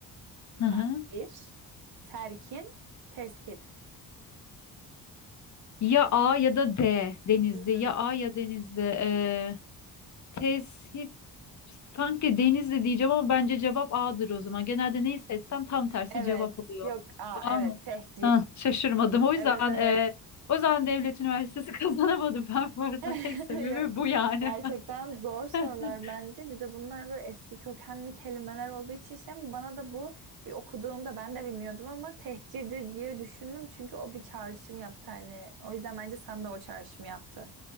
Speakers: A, on the left; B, on the right.
A: hı hı.
B: tasvir, terkin, teship.
A: Ya A ya da D Denizli.
B: Hı hı.
A: Ya A ya Denizli. E, tesip sanki Denizli diyeceğim ama bence cevap A'dır o zaman. Genelde neyi seçsem tam tersi
B: Evet.
A: cevap oluyor.
B: Yok. Aa,
A: A
B: evet.
A: mı?
B: Tehcir.
A: Hah, şaşırmadım. O yüzden
B: Evet, evet.
A: e, o yüzden Devlet Üniversitesi <laughs> kazanamadım ben bu arada.
B: <laughs>
A: Tek sebebi
B: Yok.
A: bu yani.
B: Gerçekten zor sorular
A: <laughs>
B: bence. Bir de bunlar böyle eski kökenli kelimeler olduğu için şey, bana da bu bir okuduğumda ben de bilmiyordum ama tehcirdir diye düşündüm. Çünkü o bir çağrışım yaptı hani. O yüzden bence sana da o çağrışımı yaptı.